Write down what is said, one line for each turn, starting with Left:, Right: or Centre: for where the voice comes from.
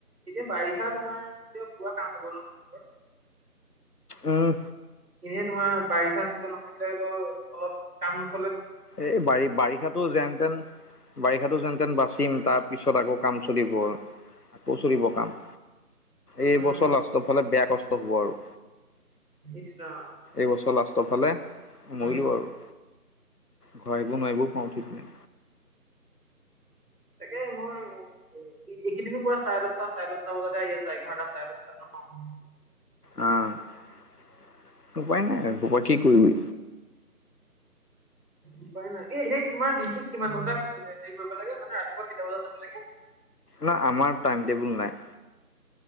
Right: এতিয়া বাৰিষা তোমাৰ এতিয়া পুৰা কাম হ'ব ন তোমালোকৰ
Left: উম
Right: এনেই তোমাৰ বাৰিষা চিজন নাথাকিলে হলেও অলপ কাম ন
Left: এই বাৰ বাৰিষাতো যেনতেন বাৰিষাতো যেন তেন বাচিম তাৰ পিছত আকৌ কাম চলিব আকৌ চলিব কাম
Right: উম
Left: এইবছৰ লাষ্টৰ ফালে বেয়া কষ্ট হব আৰু
Right: ইছ ৰাম
Left: এইবছৰ লাষ্ ট ফালে
Right: উম
Left: মৰিলোঁ আৰু ঘৰা আহিব নোৱাৰিবোও পাওঁ ঠিক নাই
Right: তাকে মই এইকেইদিনৰ পৰা চাৰে দশটা চাৰে দশটা বজাতে আহি আছে এঘাৰটা চাৰে দশটাত অ <unintelligible>
Left: অহ উপাই নাই আৰু এসোপা কি কৰিবি
Right: উপায় নাই এই এনেই তোমাৰ দিনটোত কিমান ঘণ্টা হেৰি কৰিব লাগে মানে ৰাতিপুৱা কেইটা বজাত যাব লাগে
Left: না আমাৰ টাইম টেবুল নাই